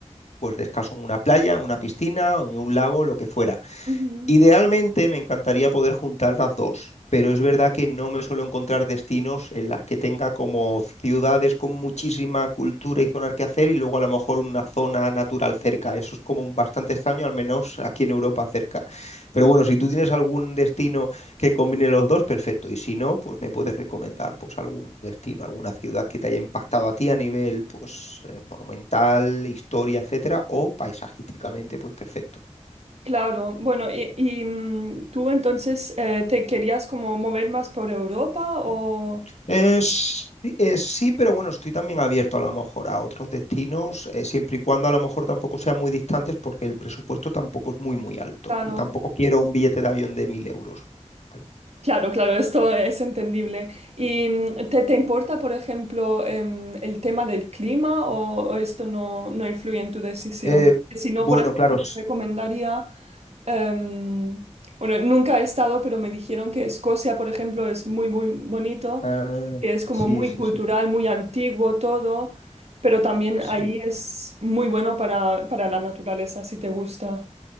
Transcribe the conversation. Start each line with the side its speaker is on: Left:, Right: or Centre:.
Left: pues descanso en una playa, en una piscina, en un lago, lo que fuera.
Right: ujú.
Left: Idealmente me encantaría poder juntar las dos, pero es verdad que no me suelo encontrar destinos en las que tenga como ciudades con muchísima cultura y zonas que hacer y luego a lo mejor una zona natural cerca. Eso es como un bastante extraño, al menos aquí en Europa cerca. Pero bueno, si tú tienes algún destino que combine los dos, perfecto. Y si no, pues me puedes recomendar pues algún destino, alguna ciudad que te haya impactado a ti a nivel pues eh, monumental, historia, etcétera, o paisajísticamente, pues perfecto.
Right: Claro, bueno, y, y, mm, tú entonces eh, te querías como mover más por Europa o...
Left: Eh, sí, eh, sí, pero bueno, estoy también abierto a lo mejor a otros destinos, eh, siempre y cuando a lo mejor tampoco sean muy distantes, porque el presupuesto tampoco es muy, muy alto
Right: Claro.
Left: y tampoco quiero un billete de avión de mil euros. ¿vale?
Right: Claro, claro, esto es entendible. ¿Y mm, te, te importa, por ejemplo, em, el tema del clima o, o esto no, no influye en tu decisión?
Left: Eh,
Right: Si
Left: bueno,
Right: no, por ejemplo,
Left: claro,
Right: te
Left: s-
Right: recomendaría, em, bueno, nunca he estado, pero me dijeron que Escocia, por ejemplo, es muy, muy bonito,
Left: ah,
Right: que es como
Left: sí,
Right: muy
Left: sí,
Right: cultural,
Left: sí,
Right: muy antiguo todo, pero también
Left: sí.
Right: ahí es muy bueno para, para la naturaleza, si te gusta.